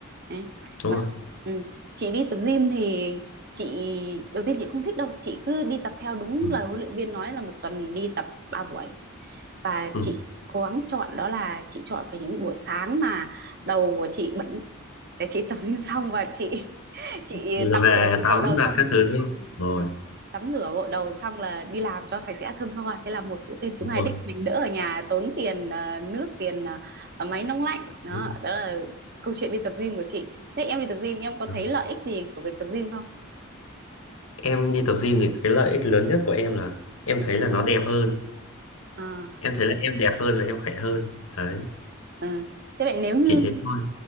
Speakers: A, on the right; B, on the left.
A: Đấy.
B: đúng
A: Và
B: rồi
A: ừ. Chị đi tập gym thì chị đầu tiên chị không thích đâu chị cứ đi tập theo đúng
B: ừ.
A: lời huấn luyện viên nói là một tuần đi tập 3 buổi và
B: Ừ.
A: chị cố gắng chọn đó là chị chọn phải những buổi sáng mà đầu của chị bẩn để chị tập gym xong và chị chị
B: là
A: tắm
B: về
A: rửa chị
B: tắm
A: gội đầu
B: giặt
A: xong
B: các
A: rồi
B: thứ
A: chị
B: đúng không rồi
A: ừ, tắm rửa gội đầu xong là đi làm cho sạch sẽ thơm tho thế là một bữa tiệc
B: đúng
A: chúng ngày
B: rồi
A: đích mình đỡ ở nhà tốn tiền ờ, nước tiền ờ, ờ, máy nóng lạnh đó
B: đúng rồi
A: đó là câu chuyện đi tập gym của chị thế em đi tập gym em có
B: Ừ.
A: thấy lợi ích gì của việc tập gym không
B: em đi tập gym thì cái lợi ích lớn nhất của em là em thấy là nó đẹp hơn
A: à,
B: em thấy là em đẹp hơn và em khỏe hơn đấy
A: ừ. thế vậy nếu như
B: chỉ thế thôi